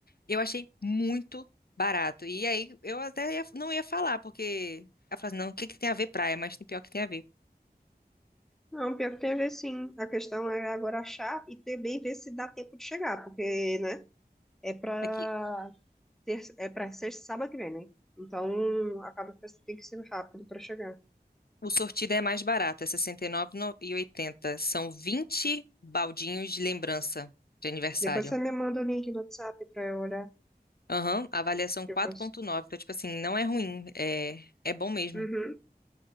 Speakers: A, on the left (about 65°); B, in the centre.
A: Eu achei muito barato. E aí eu até ia- não ia falar, porque ela falou assim, não, o que que tem a ver praia? Mas tem pior que tem a ver.
B: Não, pior que tem a ver sim. A questão é agora achar e também ver se dá tempo de chegar, porque, né, é pra
A: Aqui,
B: ter, é pra ser sábado que vem, né? Então, acaba que tem que ser rápido pra chegar.
A: O sortido é mais barato, é R$ 69,80. São 20 baldinhos de lembrança de aniversário.
B: Depois você me manda o link no WhatsApp pra eu olhar.
A: Aham, avaliação
B: que
A: 4.9.
B: eu cons-
A: Então, tipo assim, não é ruim, é, é bom mesmo.
B: Uhum.